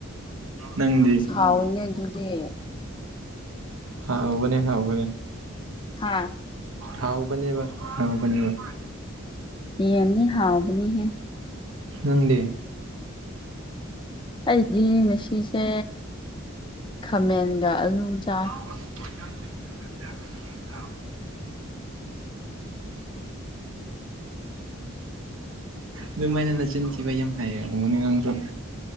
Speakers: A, on the right; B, on the left.
A: ꯅꯪꯗꯤ
B: ꯍꯥꯎꯏꯅꯦ ꯑꯗꯨꯗꯤ
A: ꯍꯥꯎꯕꯅꯦ ꯍꯥꯎꯕꯅꯦ
B: ꯍꯥ
A: ꯍꯥꯎꯕꯅꯦꯕ ꯍꯥꯎꯕꯅꯦꯕ
B: ꯌꯦꯟꯅꯤ ꯍꯥꯎꯕꯅꯤꯍꯦ
A: ꯎꯪꯗꯦ
B: ꯑꯩꯗꯤ ꯉꯁꯤꯁꯦ ꯈꯥꯃꯦꯟꯒ ꯑꯂꯨ ꯆꯥꯏ
A: <inaudible> ꯌꯥ ꯑꯗꯨꯃꯥꯏꯅ ꯅꯆꯤꯟꯈꯤꯕ ꯌꯥꯝ ꯍꯩꯔꯝꯒꯅꯤ ꯅꯪꯁꯨ